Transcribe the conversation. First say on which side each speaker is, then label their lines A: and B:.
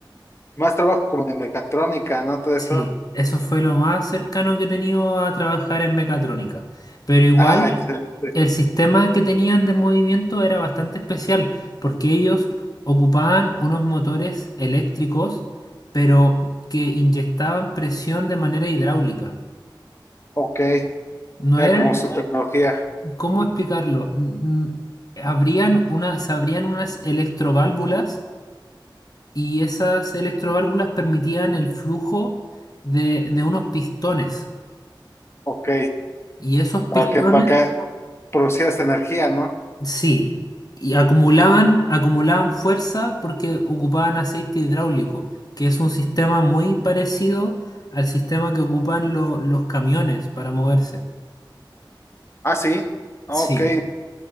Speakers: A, on the left; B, on the left.
A: Más trabajo como de mecatrónica, ¿no? Todo
B: Sí,
A: eso.
B: eso fue lo más cercano que he tenido a trabajar en mecatrónica. Pero igual,
A: Ah, Sí, excelente.
B: el sistema que tenían de movimiento era bastante especial, porque ellos ocupaban unos motores eléctricos, pero que inyectaban presión de manera hidráulica.
A: Ok.
B: No
A: Era
B: eran,
A: como su no tecnología.
B: ¿cómo explicarlo? Mm, Abrían una, se abrían unas electroválvulas y esas electroválvulas permitían el flujo de, de unos pistones.
A: Ok.
B: Y esos
A: Para
B: pistones
A: sí, que, para que producieras energía, ¿no?
B: Sí, y acumulaban, acumulaban fuerza porque ocupaban aceite hidráulico, que es un sistema muy parecido al sistema que ocupan lo- los camiones para moverse.
A: Ah, sí. Ok.
B: Sí,